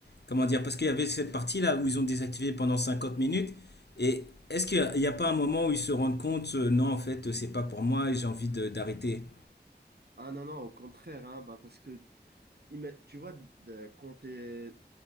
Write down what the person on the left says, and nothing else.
Comment dire? Parce qu'il y avait cette partie-là où ils ont désactivé pendant 50 minutes. Et est-ce qu'il n'y a, il y a pas un moment où ils se rendent compte, euh, non, en fait, c'est pas pour moi et j'ai envie de- d'arrêter?